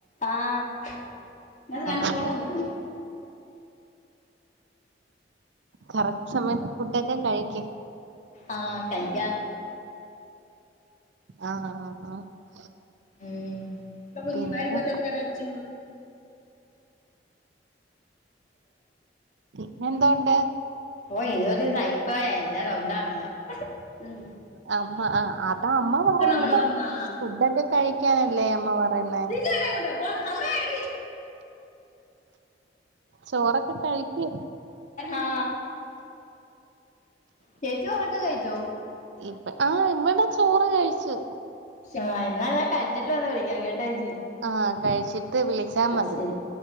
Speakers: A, on the left; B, on the right.
A: ആഇതിനാത്തു രണ്ടു
B: ആഹ്
A: കോള് വന്നായിരുന്നോ?
B: കറക്റ്റ് സമയത്ത് ഫുഡൊക്കെ കഴിക്ക്‌
A: ആ കഴിക്കാം
B: ആ ആ ആഹ്
A: ഉം കുഞ്ഞു
B: പിന്നെ
A: മാരി പത്തങ്കില വെച്ചു
B: പിന്നെന്തോണ്ട്
A: ഓ ഇത് ഒരു സൈക്കോയാ എന്റെ സ്വന്തം അമ്മ അ
B: അമ്മ ആ അതാ അമ്മ പറയുന്നത്
A: ഇവിടെ വന്നാ
B: ഫുഡൊക്കെ കഴിക്കാനല്ലേ അമ്മ പറയുന്നേ
A: ഇട്ടെ പെണ്ണെ അങ്ങോട്ട് പോണ്ട സമയയാടി
B: ചോറൊക്കെ കഴിക്ക്‌
A: ആ ചേച്ചി ഓറക്കെ കഴിച്ചോ
B: ഇപ്പ ആ ഇവിടെ ചോറ് കഴിച്ചു
A: ആ എന്നാ ഞാൻ കച്ചിട്ട് വന്ന് വിളിക്കാം കേട്ടോച്ചി
B: ആ കഴിച്ചിട്ട് വിളിച്ചാൽ മതി
A: ശരി